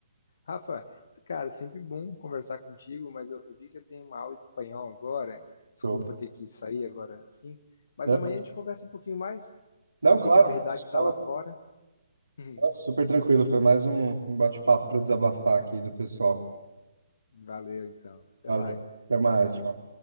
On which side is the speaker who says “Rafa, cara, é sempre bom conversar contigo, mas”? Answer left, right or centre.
Left